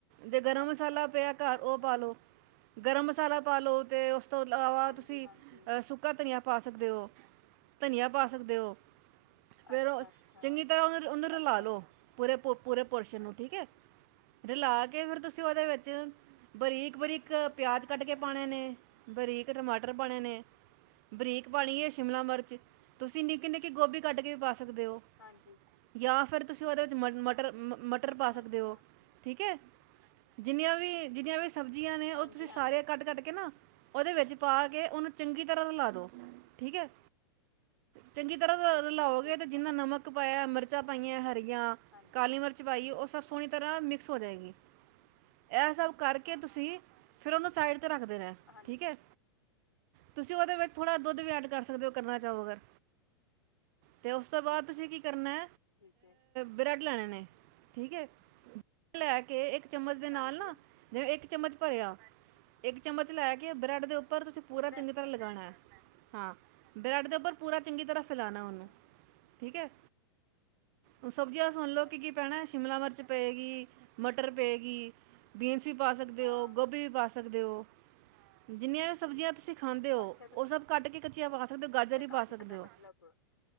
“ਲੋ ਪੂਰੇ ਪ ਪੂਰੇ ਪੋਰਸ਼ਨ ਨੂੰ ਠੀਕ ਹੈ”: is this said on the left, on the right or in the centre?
Right